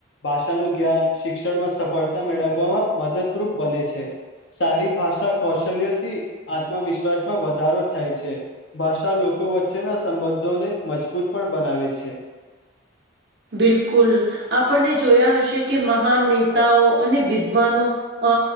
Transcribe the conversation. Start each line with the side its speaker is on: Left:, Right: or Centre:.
Left: ભાષાનું જ્ઞાન શિક્ષણમાં સફળતા મેળવવામાં મદદરૂપ બને છે સારી ભાષા કૌશલ્ય થી આત્મવિશ્વાસમાં વધારો થાય છે ભાષા લોકો વચ્ચેના સંબંધોને મજબૂત પણ બનાવે છે <inaudible>
Right: બિલકુલ આપણને જોયા હશે કે મહાન નેતાઓ અને વિદ્વાનો અ